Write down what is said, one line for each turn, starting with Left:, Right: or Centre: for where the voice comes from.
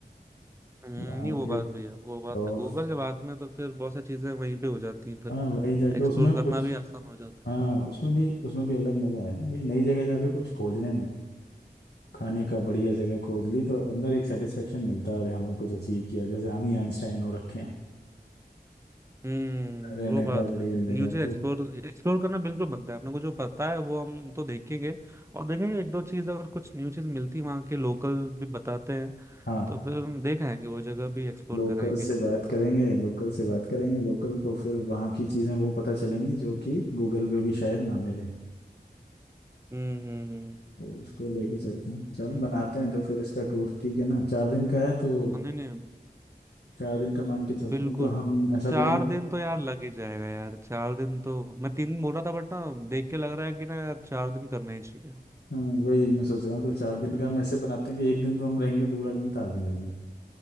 Right: हम्म,
Left: वहाँ
Right: नहीं वो
Left: के
Right: बात भी है वो बात
Left: टॉप
Right: है गूगल के बाद में तो फिर बहुत सारी चीजें वहीं पे हो जाती हैं फिर
Left: हाँ वही जाके
Right: एक्सप्लोर
Left: उसमें
Right: करना
Left: उस
Right: भी आसान हो जाता है
Left: हाँ उसमें भी उसमें भी अलग मज़ा है ना कि नई जगह जाके कुछ खोजने में खाने का बढ़िया जगह खोज ली तो अंदर एक सेटिस्फेक्शन मिलता है अरे हमने कुछ अचीव किया जैसे हम ही आइंस्टाइन हो रखे हैं
Right: हम्म
Left: अरे नगा
Right: वो बात
Left: बढ़िया
Right: है
Left: जगह
Right: न्यू चीज एक्सप्लोर
Left: तो
Right: एक्सप्लोर करना बिल्कुल बनता है अपने को जो पता है वो हम तो देखेंगे और देखेंगे एक दो चीज अगर कुछ न्यू चीज मिलती वहाँ के लोकल भी बताते हैं
Left: हाँ
Right: तो फिर हम देख आएंगे वो जगह भी एक्सप्लोर
Left: लोकल
Right: कराएंगे
Left: से बात करेंगे लोकल से बात करेंगे लोकल तो फिर वहाँ की चीज़ें वो पता चलेंगी जो कि गूगल पे भी शायद ना मिले
Right: हम्म हम्म
Left: तो उसको लेके चलते हैं चल
Right: हम्म
Left: बनाते
Right: हम्म, हम्म।
Left: हैं तो फिर इसका टूर ठीक है ना चार दिन का है तो
Right: नहीं नहीं
Left: चार दिन का मान के चलते
Right: बिल्कुल
Left: हैं तो हम ऐसा
Right: चार
Left: करेंगे
Right: दिन तो यार लग ही जाएगा यार चार दिन तो मैं तीन दिन बोल रहा था बट ना देख के लग रहा है कि ना यार चार दिन करने ही चाहिए
Left: हाँ, वही मैं सोच रहा हूँ तो चार
Right: हम्म,
Left: दिन का हम ऐसे बनाते हैं कि एक दिन तो हम रहेंगे पूरा दिन ताजमहल में